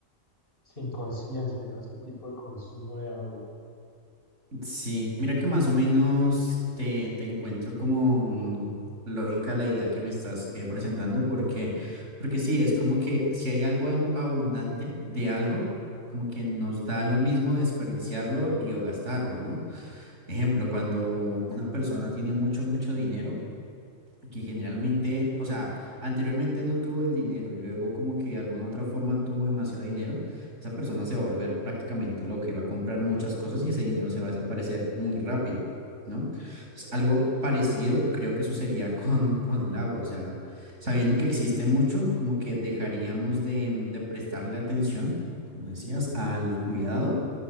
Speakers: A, on the left; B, on the right.
A: sin conciencia, ¿no? Ese tipo de consumo de agua.
B: Sí, mira que más o menos te, te encuentro como mm, lógica la idea que me estás eh, presentando, porque, porque sí, es como que si hay algo ab- abundante de algo, como que nos da lo mismo desperdiciarlo y o gastarlo, ¿no? Ejemplo, cuando una persona tiene mucho, mucho dinero que generalmente, o sea, anteriormente no tuvo el dinero y luego como que de alguna otra forma tuvo demasiado dinero, esa persona se va a volver prácticamente loca y va a comprar muchas cosas y ese dinero se va a desaparecer muy rápido, ¿no? Entonces, algo parecido creo que sucedería <laughs> con, con el agua, o sea, sabiendo que existe mucho, como que dejaríamos de, mm, de prestarle atención, como decías, al cuidado